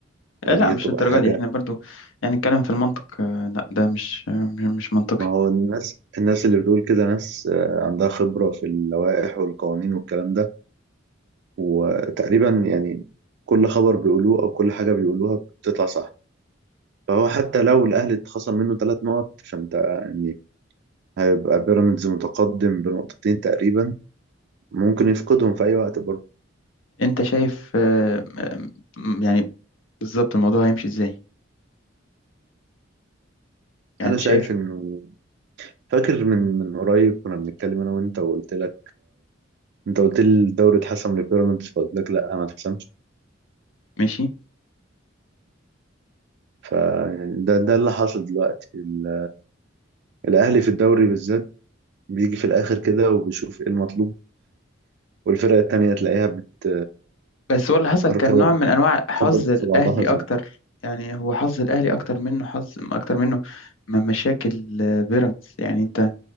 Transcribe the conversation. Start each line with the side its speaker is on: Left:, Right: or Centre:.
Right: ودي
Left: آه لا مش
Right: هتبقى
Left: الدرجه
Right: حاجه
Left: دي احنا برضو يعني نتكلم في المنطق آه لا ده مش آه مش منطقي
Right: ما هو الناس الناس اللي بتقول كده ناس آه، عندها خبره في اللوائح والقوانين والكلام ده وتقريبا يعني كل خبر بيقولوه او كل حاجه بيقولوها بتطلع صح فهو حتى لو الاهلي اتخصم منه ثلاث نقط فانت يعني هيبقى بيراميدز متقدم بنقطتين تقريبا ممكن يفقدهم في اي وقت برضه
Left: انت شايف آه م- يعني بالظبط الموضوع هيمشي ازاي يعني
Right: انا
Left: انت
Right: شايف
Left: شايف
Right: انه فاكر من من قريب كنا بنتكلم انا وانت وقلت لك انت قلت لي الدوري اتحسم لبيراميدز فقلت لك لا ما اتحسمش
Left: ماشي
Right: فيعني ده ده اللي حاصل دلوقتي ال- الاهلي في الدوري بالذات بيجي في الاخر كده وبيشوف ايه المطلوب والفرق التانية تلاقيها بت
Left: بس هو اللي حصل
Right: ركبها
Left: كان نوع من انواع
Right: بتخبط
Left: حظ الاهلي
Right: في بعضها زي
Left: اكتر
Right: ما-
Left: يعني هو حظ الاهلي اكتر منه حظ اكتر منه م- مشاكل آه، بيراميدز يعني انت